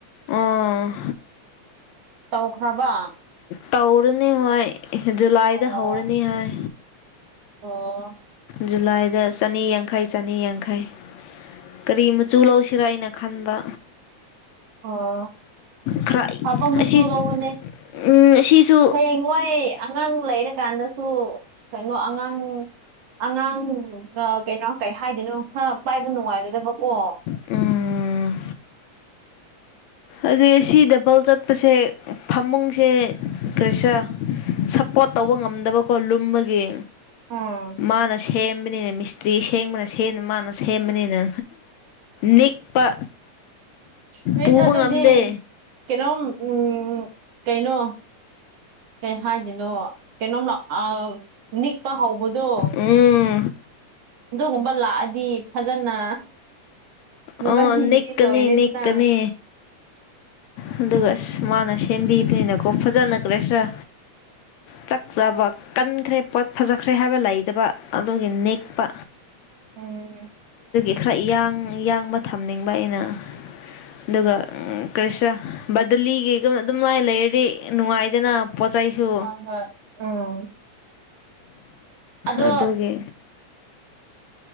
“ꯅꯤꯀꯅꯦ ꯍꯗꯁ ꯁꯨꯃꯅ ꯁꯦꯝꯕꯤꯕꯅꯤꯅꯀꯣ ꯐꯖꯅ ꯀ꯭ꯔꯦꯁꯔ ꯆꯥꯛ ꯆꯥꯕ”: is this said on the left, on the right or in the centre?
Left